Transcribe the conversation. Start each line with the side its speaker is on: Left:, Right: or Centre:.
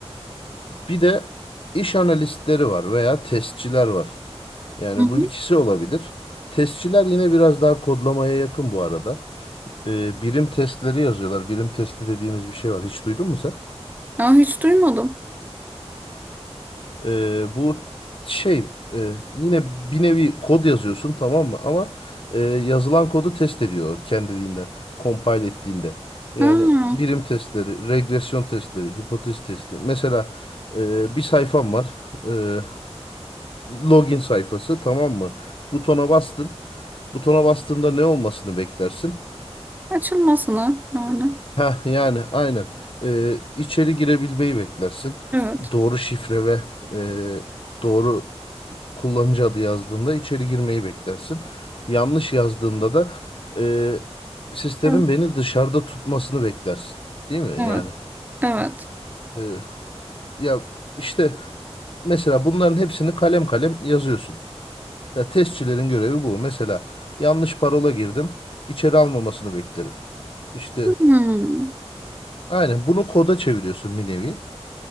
Left: bir de iş analistleri var veya testçiler var. Yani
Right: Hı hı.
Left: bu ikisi olabilir. Testçiler yine biraz daha kodlamaya yakın bu arada. E, birim testleri yazıyorlar. Birim testi dediğimiz bir şey var. Hiç duydun mu sen?
Right: Ya hiç duymadım.
Left: Ee, bu şey e, yine bir nevi kod yazıyorsun tamam mı? Ama e, yazılan kodu test ediyor kendiliğinden, compile ettiğinde. Yani
Right: Ha,
Left: birim testleri, regresyon testleri, hipotez testi. Mesela e, bir sayfam var. e, login sayfası tamam mı? Butona bastın. Butona bastığında ne olmasını beklersin?
Right: açılmasın ha yani.
Left: Heh, yani aynen. Ee, içeri girebilmeyi beklersin.
Right: Evet.
Left: Doğru şifre ve e, doğru kullanıcı adı yazdığında içeri girmeyi beklersin. Yanlış yazdığında da e, sistemin
Right: Evet.
Left: beni dışarıda tutmasını beklersin. Değil mi?
Right: Evet.
Left: Yani
Right: Evet.
Left: e, ya işte mesela bunların hepsini kalem kalem yazıyorsun. Ya testçilerin görevi bu. Mesela yanlış parola girdim. İçeri almamasını beklerim. İşte
Right: Hmm.
Left: aynen bunu koda çeviriyorsun bir nevi.